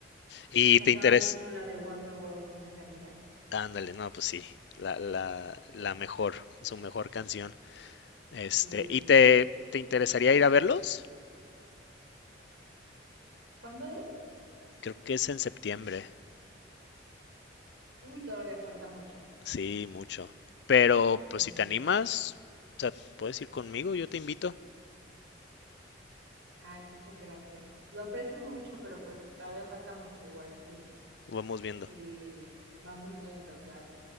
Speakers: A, on the left (about 60°); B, on the right (about 85°).
A: ¿Y
B: Cantaba
A: te interesa?
B: mucho la de Wonderworld con mis amigas.
A: Ándale, no, pues sí, la, la, la mejor, su mejor canción. Este,
B: Sí.
A: ¿y te, te interesaría ir a verlos?
B: ¿Cuándo es?
A: Creo que es en septiembre,
B: Uy, todavía falta mucho.
A: sí, mucho. Pero pues
B: Sí.
A: si te animas, o sea, puedes ir conmigo, yo te invito,
B: Ay, muchas gracias. Lo aprecio mucho, pero pues todavía falta mucho igual, sí.
A: vamos viendo,
B: Sí, vamos viendo, claro.